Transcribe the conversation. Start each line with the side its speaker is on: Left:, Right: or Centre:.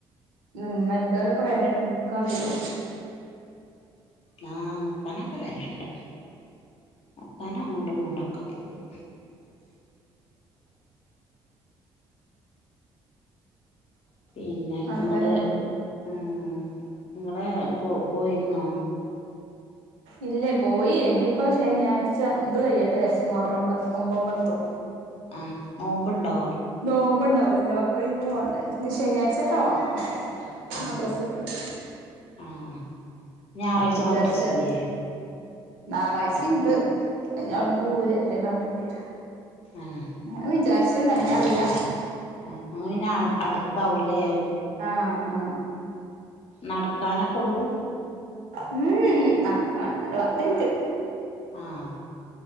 Right: ഉം മറ്റവരൊക്കെ വരേണ്ടോ നിക്കാൻ വേരോ
Left: നാ നിക്കാനൊക്കെ വര്ല്ണ്ട് നിക്കാന് അങ്ങൊട്ടു ഇങ്ങോണ്ടൊക്കെ പോവും പിന്നെ
Right: അതന്നെ
Left: ങ്ങള് ആ നിങ്ങളെ പോ പോയിരുന്നോ
Right: ഇല്ല പോയി ഇനിപ്പോ ശനിയാഴ്ച ഇത് കയ്യട്ടെ ചാരിച്ച് മുഹറമ്പ ഒമ്പൊമ്പത്തും
Left: ആഹ് നോമ്പുണ്ടോ
Right: നോമ്പ്ണ്ടാവല്ലോ അപ്പോ പിന്നെ പോണ്ടേ ഞ്ഞി ശനിയാഴ്ചേറ്റം പോണം
Left: ആഹ്
Right: മദ്രസട്ടുണ്ട്
Left: ആഹ് ഞായറാഴ്ച
Right: വിചാരിച്ച
Left: മദ്രസില്ലേ
Right: ഞായറാഴ്ചുണ്ട് അവിടുന്ന്
Left: ഉം
Right: പോര് എത്രേയും കാട്ടേണ്ടി വര
Left: ആഹ്
Right: ഞൻ വിചാരിച്ചിന്ന് അങ്ങനെ അറിയില
Left: ആ അന്നെ അടുത്താവല്ലേ
Right: ആഹ ആഹ
Left: നടക്കാനൊക്കെ ഉള്ളൂ
Right: ഉം നടക്കാൻ ഒന്നൂല്ല പത്ത്മിനിറ്റ്
Left: ആഹ